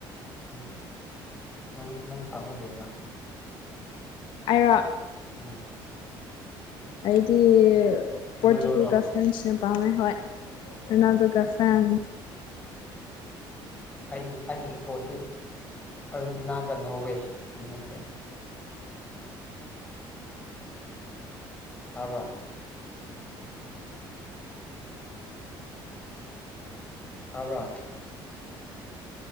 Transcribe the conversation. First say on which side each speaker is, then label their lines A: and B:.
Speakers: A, on the left; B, on the left.
A: ꯎꯝ ꯅꯪ ꯅꯪ ꯄꯥꯝꯕꯗꯣ ꯀꯔꯤꯔꯣ
B: ꯑꯩꯔꯣ
A: ꯎꯝ
B: ꯑꯩꯗꯤ
A: ꯔꯣꯅꯥꯜꯗꯣꯔꯣ
B: ꯄꯣꯔꯇꯨꯒꯜꯀꯥ ꯐ꯭ꯔꯦꯟꯁꯀꯥ ꯄꯥꯝꯃꯦ ꯍꯣꯏ
A: ꯎꯝ
B: ꯔꯣꯅꯥꯜꯗꯣꯒ ꯐꯦꯟ
A: ꯑꯩꯩꯅ ꯑꯩꯒꯤ ꯁꯞꯄꯣꯔꯠꯇꯤ ꯑꯔꯖꯦꯟꯇꯤꯅꯥꯒ ꯅꯣꯔꯋꯦ ꯑꯗꯨꯅꯤ ꯇꯥꯕ꯭ꯔꯥ ꯇꯥꯕ꯭ꯔꯥ